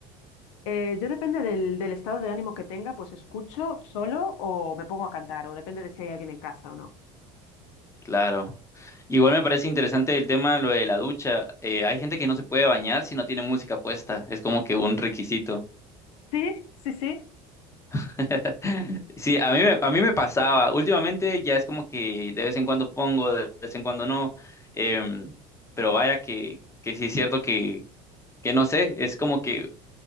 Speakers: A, on the left; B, on the left.
A: Eh, yo depende del, del estado de ánimo que tenga, pues escucho solo o me pongo a cantar, o depende de si hay alguien en casa o no.
B: claro. Igual me parece interesante el tema, lo de la ducha. Eh, hay gente que no se puede bañar si no tiene música puesta. Es como que un requisito.
A: Sí, sí, sí.
B: <laughs> Sí, a mí me, a mí me pasaba. Últimamente ya es como que de vez en cuando pongo, de vez en cuando no. em, pero vaya que, que sí es cierto que, que no sé, es como que,